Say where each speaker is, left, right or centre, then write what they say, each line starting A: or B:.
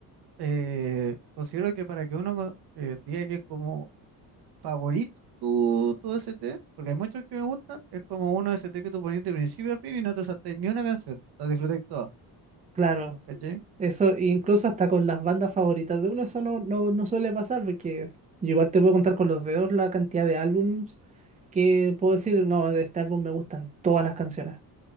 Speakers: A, on the right (about 75°); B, on the right (about 20°).
A: eh, considero que para que uno co- eh, diga que es como favorito tu, tu OST, porque hay muchos que me gustan, es como un OST que tú pones de principio a fin y no te saltas ni una canción, la disfrutáis toda,
B: Claro,
A: ¿cachai?
B: eso incluso hasta con las bandas favoritas de uno, eso no, no, no suele pasar, porque yo igual te puedo contar con los dedos la cantidad de álbums que puedo decir, no, de este álbum me gustan todas las canciones.